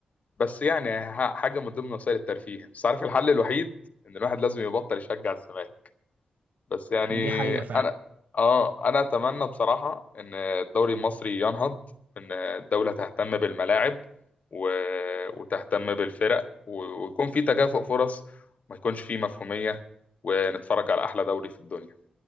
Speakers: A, on the left; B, on the right.
A: بس يعني ح- حاجة من ضمن وسائل الترفيه بس عارف الحل الوحيد إن الواحد لازم يبطل يشجع الزمالك بس يعني
B: دي حقيقة
A: انا
B: فعلا
A: اه انا اتمنى بصراحه ان الدوري المصري ينهض وان الدوله تهتم بالملاعب و... وتهتم بالفرق و... ويكون في تكافؤ فرص وما يكونش في مفهوميه ونتفرج على احلى دوري في الدنيا